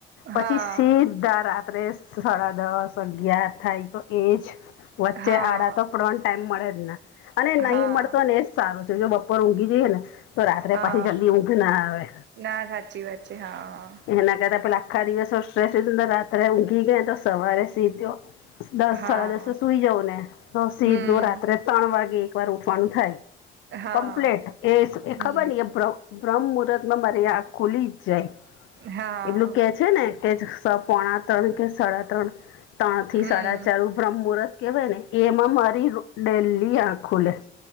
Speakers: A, on the right (about 65°); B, on the left (about 80°).
A: હા
B: પછી સીધા રા. રાત્રે સાડા દસ, અગયાર થાય તો એજ વચ્ચે
A: હા
B: આડા. પડવા ટાઈમ મળે ને અને નહી
A: હા
B: મળતો ને એજ સારું છે, જો બપોર ઊંઘી જઈએ ને. તો રાત્રે
A: હા
B: પાછી જલ્દી ઊંઘ ના આવે,
A: ના સાચી વાત છે હા
B: એના કરતા પેલા. આખા દિવસો સ્ટ્રેસ રાત્રે ઊંઘી ગયા તો સવારે સીધ્યો. દસ,
A: હા
B: સાડા દસ સુઈ જવને તો સીધો
A: હમ
B: રાત્રે. ત્રણ વાગે એક વાર ઉઠવાનું થાય,
A: હા
B: કમ્પ્લેટ એ
A: હમ
B: ખબર ન એ. બ્રહ્મમુહૂર્તમાં મારી આંખ ખુલી જ જાય,
A: હા
B: એટલું કે. છે ને, કે જ પોણા ત્રણ કે સાડા ત્રણ. ત્રણથી,
A: હમ
B: સાડા ચારું બ્રહ્મુહૂર્ત કેવાયને. એમાં મારી ડેલી આંખ ખુલેસ,